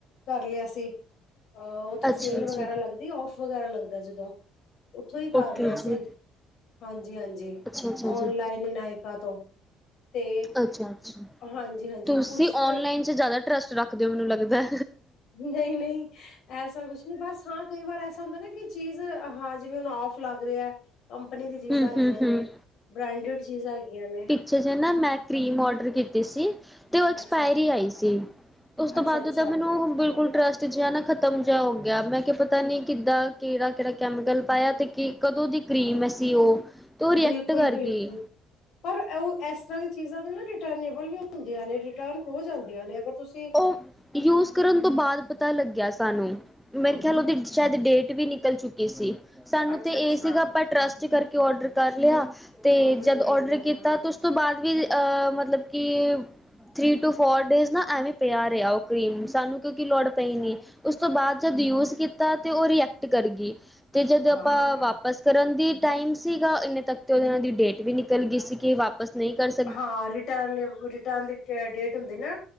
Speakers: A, on the left; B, in the centre.
A: ਕਰ ਲਿਆ ਸੀ। ਅ ਉੱਥੇ
B: ਅੱਛਾ
A: ਸੇਲ
B: ਜੀ,
A: ਵਗੈਰਾ ਲੱਗਦੀ ਔਫ ਵਗੈਰਾ ਲੱਗਦਾ ਜਦੋਂ। ਉੱਥੋਂ ਹੀ ਕਰ
B: ਓਕੇ
A: ਲਿਆ ਸੀ
B: ਜੀ,
A: ਹਾਂਜੀ, ਹਾਂਜੀ
B: ਅੱਛਾ-ਅੱਛਾ ਜੀ,
A: ਔਨਲਾਈਨ। ਵਿਨਇਕਾਂ ਤੋਂ ਤੇ
B: ਅੱਛਾ ਅੱਛਾ
A: ਹਾਂਜੀ ਹਾਂਜੀ
B: ਤੁਸੀਂ
A: ਕੁਛ ਫਿਰ
B: ਓਨਲਾਈਨ ਚ ਜ਼ਿਆਦਾ ਇੰਟਰਸਟ ਰੱਖਦੇ ਹੋ ਮੈਨੂੰ ਲੱਗਦਾ।
A: ਨਹੀਂ ਨਹੀਂ। ਐਸਾ ਕੁਛ ਨਹੀਂ ਬਸ ਹਾਂ ਕਈ ਵਾਰ ਐਸਾ ਹੁੰਦਾ ਨਾ ਕਿ ਚੀਜ਼ ਹਾਂ ਜਿਵੇਂ ਹੁਣ ਆਫ ਲੱਗ ਰਿਹਾ। ਕੰਪਨੀ ਦੀ
B: ਹੂੰ-ਹੂੰ-ਹੂੰ,
A: ਚੀਜ਼ਾਂ ਹੈਗੀਆਂ ਨੇ ਬ੍ਰੈਂਡਡ ਚੀਜ਼ਾਂ ਹੈਗੀਆਂ ਨੇ।
B: ਅੱਛਾ ਜੇ ਨਾ ਮੈਂ ਕਰੀਮ ਔਡਰ ਕੀਤੀ ਸੀ। ਤੇ ਉਹ ਐਕਸਪਾਇਰੀ
A: ਅੱਛਾ
B: ਆਈ ਸੀ ਉਸ ਤੋਂ
A: ਅੱਛਾ
B: ਬਾਅਦ
A: ਅੱਛਾ
B: ਓਦਾ ਮੈਨੂੰ ਬਿਲਕੁਲ ਟਸਟ। ਜਿਹਾ ਨਾ ਖਤਮ ਜਿਹਾ ਹੋ ਗਿਆ ਮੈਂ ਕਿਹਾ ਪਤਾ ਨੀ ਕਿੱਦਾਂ। ਕਿਹੜਾ ਕਿਹੜਾ ਕੈਮੀਕਲ ਪਾਇਆ ਤੇ ਕੀ ਕਦੋਂ ਦੀ ਕਰੀਮ ਸੀ ਉਹ। ਤੇ ਉਹ ਰਿਐਕਟ
A: ਬਿਲਕੁਲ
B: ਕਰ
A: ਬਿਲਕੁਲ।
B: ਗਈ।
A: ਪਰ ਉਹ ਇਸ ਤਰ੍ਹਾਂ ਦੀ ਚੀਜ਼ਾਂ ਦੇ ਨਾ ਰਿਟਰਨੇਬਲ ਵੀ ਹੁੰਦੀਆਂ ਨੇ ਰਿਟਰਨ ਰੋਜ਼ ਜਾਂਦੀਆਂ ਨੇ ਅਗਰ। ਤੁਸੀਂ
B: ਉਹ ਯੂਜ ਕਰਨ ਤੋਂ ਬਾਅਦ ਪਤਾ ਲੱਗਿਆ ਸਾਨੂੰ।
A: ਓਹੋ
B: ਮੇਰੇ ਖਿਆਲ ਉਹਦੀ ਸ਼ਾਇਦ ਡੇਟ ਵੀ ਨਿਕਲ ਚੁੱਕੀ ਸੀ ਸਾਨੂੰ
A: ਅੱਛਾ
B: ਤੇ ਇਹ
A: ਅੱਛਾ
B: ਸੀਗਾ ਪਰ ਟਰੱਸਟ ਕਰਕੇ ਔਡਰ ਕਰ ਲਿਆ ਤੇ
A: ਹੂੰ ਹੂੰ
B: ਜਦ
A: ਹੂੰ
B: ਔਡਰ
A: ਹੂੰ
B: ਕੀਤਾ
A: ਹੂੰ
B: ਤੁ ਉਸ ਤੋਂ ਬਾਅਦ ਵੀ ਮਤਲਬ ਕਿ ਥ੍ਰਰੀ ਟੂ ਫੋਰ ਡੇਜ਼ ਨਾ ਐਵੇਂ ਪਿਆ ਰਿਹਾ ਉਹ ਕਰੀਮ ਸਾਨੂੰ ਕਿਉਂਕਿ ਲੋੜ ਪਈ ਨੀ ਉਸ ਤੋਂ ਬਾਅਦ ਜਦ ਯੂਜ ਕੀਤਾ ਤੇ ਉਹ ਰੀਐਕਟ ਕਰ ਗਈ ਅਤੇ ਜਦੋਂ
A: ਹਾਂ
B: ਆਪਾਂ ਵਾਪਸ ਕਰਨ ਦੀ ਟਾਈਮ ਸੀਗਾ ਇੰਨੇ ਤੱਕ ਤੇ ਇਹਨਾਂ ਦੀ ਡੇਟ ਵੀ ਨਿਕਲ ਗਈ ਸੀ ਕਿ ਵਾਪਿਸ ਨਹੀਂ ਕਰ ਸਕ
A: ਹਾਂ ਰਿਟਰਨ ਰਿਟਰਨ ਦੀ ਡੇਟ ਹੁੰਦੀ ਨਾ